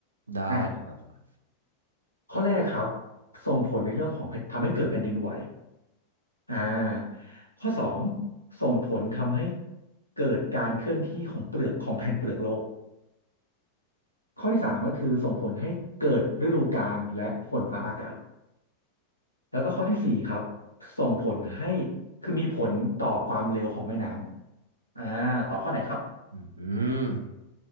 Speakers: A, on the right (about 75°); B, on the left (about 80°).
A: ได้ครับ
B: อ่ะ ข้อแรกครับส่งผลในเรื่องของแผ่นทำให้เกิดแผ่นดินไหวอ่าข้อสองส่งผลทำให้เกิดการเคลื่อนที่ของเปลือกของแผ่นเปลือกโลกข้อที่สามก็คือส่งผลให้เกิดฤดูกาลและฝนฟ้าอากาศแล้วก็ข้อที่สี่ครับส่งผลให้คือมีผลต่อความเร็วของแม่น้ำอ่าต่อข้อไหนครับ
A: อืม